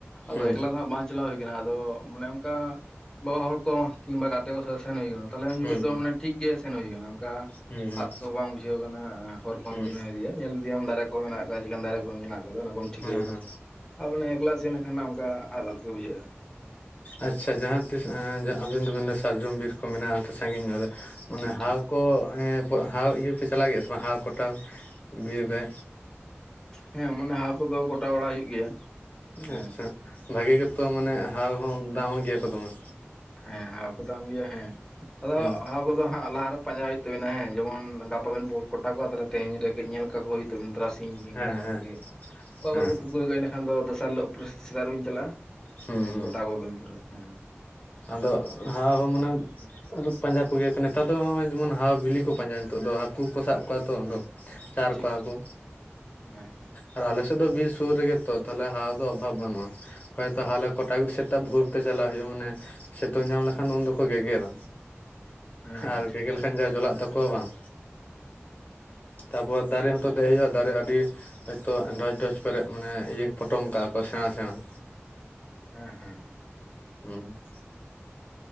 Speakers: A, on the left (about 15°); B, on the left (about 40°).
A: ᱟᱫᱚ
B: ᱦᱩᱸ
A: ᱮᱠᱞᱟ ᱫᱚ ᱦᱟᱜ ᱵᱟᱝᱼᱼ ᱪᱟᱞᱟᱣ ᱦᱩᱭ ᱟᱠᱟᱱᱟ ᱟᱫᱚ ᱢᱟᱱᱮ ᱚᱱᱠᱟ ᱵᱟᱵᱟ ᱦᱚᱲ ᱠᱚ ᱠᱤᱝᱵᱟ ᱜᱟᱛᱮ ᱠᱚ ᱥᱟᱞᱟᱜ ᱥᱮᱱ ᱦᱩᱭ ᱟᱠᱟᱱᱟ, ᱛᱟ ᱦᱚᱞᱮ ᱩᱱ
B: ᱦᱩᱸ
A: ᱡᱚᱠᱷᱚᱱ ᱫᱚ ᱢᱟᱱᱮ ᱴᱷᱤᱠ ᱜᱮ ᱥᱮᱱ ᱦᱩᱭ ᱟᱠᱟᱱᱟ ᱚᱱᱠᱟᱼᱼ
B: ᱦᱩᱸ ᱦᱩᱸ
A: ᱟᱫ ᱠᱚᱦᱚᱸ ᱵᱟᱝ ᱵᱩᱡᱷᱟᱹᱣ ᱟᱠᱟᱱᱟ ᱦᱚᱨ ᱠᱚᱦᱚᱸ
B: ᱦᱩᱸ
A: ᱪᱤᱱᱦᱟᱹᱣ ᱤᱫᱤᱭᱟ᱾ ᱧᱮᱞ ᱤᱫᱤᱭᱟᱢ ᱫᱟᱨᱮ ᱠᱚᱦ ᱢᱮᱱᱟᱜ ᱟᱠᱟᱫᱟ ᱪᱮᱫᱠᱟᱱ ᱫᱟᱨᱮ ᱠᱚ ᱢᱮᱱᱟᱜ ᱟᱠᱟᱫᱟ ᱚᱱᱟ ᱠᱚᱢ ᱴᱷᱤᱠᱟᱹᱭᱟ᱾
B: ᱦᱮᱸ ᱦᱮᱸ
A: ᱟᱨ ᱢᱟᱱᱮ ᱮᱠᱞᱟ ᱥᱮᱱ ᱞᱮᱱᱟᱱ ᱱᱟᱷᱟᱜ ᱚᱱᱠᱟ ᱟᱫ ᱟᱫ ᱜᱮ ᱵᱩᱡᱷᱟᱹᱜᱼᱟ᱾
B: ᱟᱪᱪᱷᱟ ᱡᱟᱦᱟᱸ ᱛᱤᱥ ᱟᱵᱮᱱ ᱫᱚᱵᱮᱱ ᱥᱟᱨᱡᱚᱢ ᱵᱤᱨ ᱠᱚ ᱢᱮᱱᱟᱜᱼᱟ ᱥᱟᱹᱜᱤᱧ ᱧᱚᱜ ᱨᱮᱼᱼ ᱢᱟᱱᱮ
A: ᱴᱷᱤᱠ
B: ᱦᱟᱣ
A: ᱴᱷᱤᱠ
B: ᱠᱚ ᱦᱟᱣ ᱤᱭᱟᱹ ᱯᱮ ᱪᱟᱞᱟᱜ ᱜᱮᱭᱟ ᱥᱮ ᱵᱟᱝ ᱦᱟᱣ ᱠᱚᱴᱟᱣ ᱵᱤᱨ ᱨᱮ?
A: ᱦᱮᱸ ᱢᱟᱱᱮ ᱦᱟᱩ ᱠᱚᱫᱚ ᱠᱚᱴᱟ ᱵᱟᱲᱟ ᱦᱩᱭᱩᱜ ᱜᱮᱭᱟ᱾ ᱦᱮᱸ
B: ᱟᱪᱪᱷᱟ ᱵᱷᱟᱜᱮ ᱜᱮᱛᱚ ᱢᱟᱱᱮ ᱦᱟᱩ ᱦᱚᱸ ᱫᱟᱢ ᱜᱮᱭᱟ ᱠᱚ ᱫᱚᱢᱮᱼᱼ
A: ᱦᱮᱸ ᱦᱟᱩ ᱠᱚ ᱫᱟᱢ ᱜᱮᱭᱟ ᱦᱮᱸ ᱟᱫᱚ
B: ᱦᱩᱸ
A: ᱦᱟᱩ ᱠᱚᱫᱚᱼᱼ ᱩᱱᱠᱩ ᱫᱚ ᱦᱟᱸ ᱞᱟᱦᱟᱨᱮ ᱯᱟᱸᱡᱟ ᱦᱩᱭᱩᱜ ᱛᱟᱤᱱᱟ ᱡᱮᱢᱚᱱ ᱜᱟᱯᱟ ᱵᱚᱱ ᱠᱚᱴᱟ ᱠᱚᱣᱟ ᱛᱟᱦᱚᱞᱮ ᱛᱮᱦᱮᱧᱨᱮ ᱠᱟᱹᱡ ᱧᱮᱞ ᱠᱟᱠᱚ ᱦᱩᱭᱩᱜ ᱛᱟᱵᱮᱱᱟ ᱛᱟᱨᱟᱥᱼᱼ ᱥᱤᱧ ᱠᱤᱢᱵᱟ
B: ᱦᱮᱸ
A: ᱡᱟᱦᱟᱸ
B: ᱦᱮᱸ
A: ᱛᱤᱨᱮᱜᱮ ᱚᱠᱟ
B: ᱦᱮᱸ
A: ᱠᱚᱨᱮ ᱠᱚᱨᱮ ᱛᱩᱟᱹᱟᱜᱼᱟ ᱮᱱᱟᱹᱠᱷᱟᱱ ᱫᱚᱥᱟᱨ ᱦᱤᱞᱳᱜ ᱯᱚᱨᱮ ᱠᱤᱱ ᱪᱟᱞᱟᱜᱼᱟ᱾
B: ᱦᱩᱸ
A: ᱦᱮᱸ
B: ᱦᱩᱸ
A: ᱠᱚᱴᱟ ᱠᱚᱵᱤᱱ ᱯᱩᱨ ᱦᱮᱸ᱾
B: ᱟᱫᱚ ᱦᱟᱟᱣ ᱢᱟᱱᱮᱼᱼ ᱯᱟᱸᱡᱟ ᱠᱚ ᱦᱩᱭᱩᱜᱟ ᱱᱮᱛᱟᱨ ᱫᱚᱜ ᱡᱮᱢᱚᱱ ᱦᱟᱟᱣ ᱵᱤᱞᱤ ᱠᱚ ᱯᱟᱸᱡᱟᱭᱟ ᱱᱤᱛᱚᱜ ᱫᱚ ᱦᱟᱹᱠᱩ ᱠᱚ ᱥᱟᱵ ᱠᱚᱣᱟ ᱛᱚ ᱟᱫᱼᱼ ᱪᱟᱨ
A: ᱴᱷᱤᱠ
B: ᱠᱚᱣᱟ
A: ᱴᱷᱤᱠ
B: ᱠᱚ
A: ᱦᱮᱸ
B: ᱟᱨ ᱟᱞᱮᱼᱼ ᱫᱚ ᱵᱤᱨ ᱥᱩᱨ ᱨᱮᱜᱮ ᱛᱚ ᱛᱟᱦᱚᱞᱮ ᱦᱟᱣ ᱫᱚ ᱚᱵᱷᱟᱵ ᱵᱟᱹᱱᱩᱜᱼᱟ᱾ ᱦᱳᱭ ᱛᱟᱦᱚᱞᱮ ᱠᱚᱴᱟᱜ ᱥᱮᱴᱟᱜ ᱵᱷᱳᱨ ᱛᱮ ᱪᱟᱞᱟᱜ ᱦᱩᱭᱩᱜᱼᱟ ᱢᱟᱱᱮᱼᱼ ᱥᱤᱛᱩᱝ ᱧᱟᱢ ᱞᱮᱠᱷᱟᱱ ᱩᱱ ᱫᱚᱠᱚ ᱜᱮᱜᱮᱨᱨᱟ
A: ᱦᱮᱸ ᱦᱮᱸ
B: ᱟᱨ
A: ᱴᱷᱤᱠ
B: ᱜᱮᱜᱮᱨ
A: ᱴᱷᱤᱠ
B: ᱞᱮᱠᱷᱟᱱ ᱡᱟ ᱡᱚᱞᱟᱜ ᱛᱟᱼᱼ ᱠᱚᱣᱟ ᱵᱟᱝ ᱛᱟᱯᱚᱨ ᱫᱟᱨᱮ ᱦᱚᱸᱛᱚ ᱫᱮᱡ ᱦᱩᱭᱩᱜᱼᱟ ᱫᱟᱨᱮ ᱟᱹᱰᱤᱼᱼ ᱦᱚᱭᱛᱳ ᱰᱷᱚᱡ ᱰᱷᱚᱡ ᱠᱚᱨᱮ ᱢᱟᱱᱮ ᱤᱭᱟᱹ ᱯᱚᱴᱚᱢ ᱠᱟᱜᱼᱟ ᱠᱚ ᱥᱮᱬᱟᱸ ᱥᱮᱬᱟᱸ
A: ᱦᱮᱸ ᱦᱮᱸᱼᱼ
B: ᱦᱩᱢ